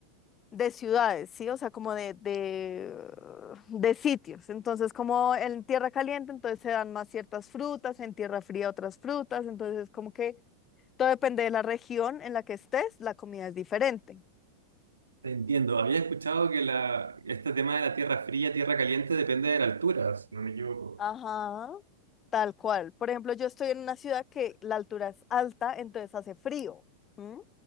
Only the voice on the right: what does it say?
Te Entiendo. Había escuchado que la, este tema de la tierra fría, tierra caliente depende de la altura, si no me equivoco.